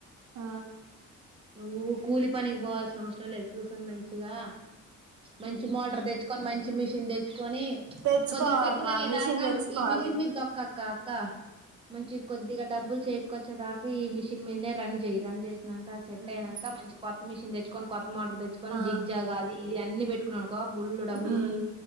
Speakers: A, on the right; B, on the right.
A: ఆ
B: నువ్వు కూలి పనికి బో సరం లేదు కూర్చొని మంచిగా మంచి మోటార్ తెచ్చుకొని మంచి మిషన్ తెచ్చుకొని
A: తెచ్చుకోవాలిరా
B: కొద్దిగా సెట్టిల్ అయ్యేదాకా
A: మిషన్ తెచ్చుకోవాలి
B: ఈ మిషన్ మీద దొక్కక్క అక్క మంచి కొద్దిగా డబ్బులు చేతీ కోచ్చే దాకా ఈ మిషిన్ మీదనే రన్ చేయి రన్ చేస్ నాకా సే తేనాక
A: ఆ
B: మంచి కొత్త మిషన్ తెచ్చు కొన్ కో మోటర్ తెచ్చుకని
A: ఆ
B: జిగ్జాగాది ఇ అన్ని పెట్టు ఓ బుళ్లుు డబ్బులు
A: ఉమ్